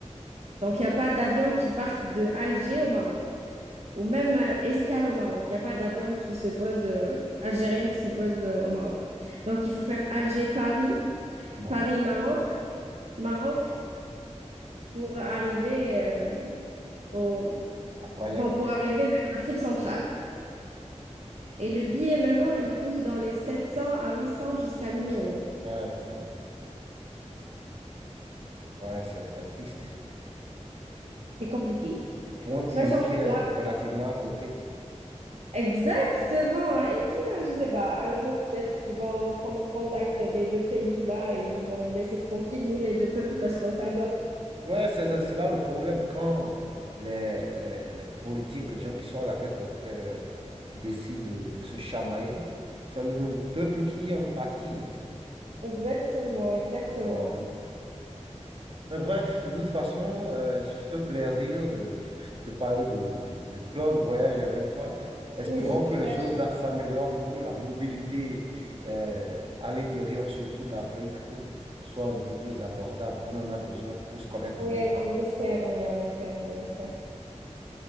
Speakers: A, on the right (about 60°); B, on the right (about 50°).
A: Donc, il n'y a pas d'avion qui parte de Alger au Maroc. ou même euh, escale au Maroc. Il n'y a pas d'avion qui se pose, euh, algérien qui se pose euh, au Maroc. Donc, il faut faire Alger-Paris,
B: non.
A: Paris-Maroc, Maroc pour arriver, euh, au...
B: Après,
A: bon, pour arriver vers l'Afrique centrale. Et le billet, maintenant, il coûte dans les 700 à 800 jusqu'à 1000 euros.
B: ouais, ça- ouais, c'est c'est triste.
A: C'est compliqué. De
B: Pour un pays
A: toute façon,
B: qui est
A: là,
B: relativement à côté.
A: exactement. Et puis, hein, je sais pas, un jour, peut-être qu'ils vont reprendre contact, les deux pays, là, et ils vont nous laisser tranquilles, nous, les deux peuples, parce qu'on s'adore.
B: Ouais, c'est c'est- c'est là le problème. Quand les, les, les politiques, les gens qui sont à la tête euh, décident de, de se chamailler, c'est le peuple qui en pâtit, hein, c'est- c'est-
A: Exactement, exactement.
B: malheureusement. Mais bref, de toute façon, euh, ce fut un plaisir de te parler de, de, de plans de voyage avec toi. Espérons
A: Plaisir
B: que
A: partagé.
B: les choses da- s'améliorent pour que la mobilité euh, à l'intérieur, surtout d'Afrique, soit un peu plus abordable. On en a besoin pour se connaître
A: Ouais,
B: mieux.
A: on l'espère, oui, on l'espère, on l'espère.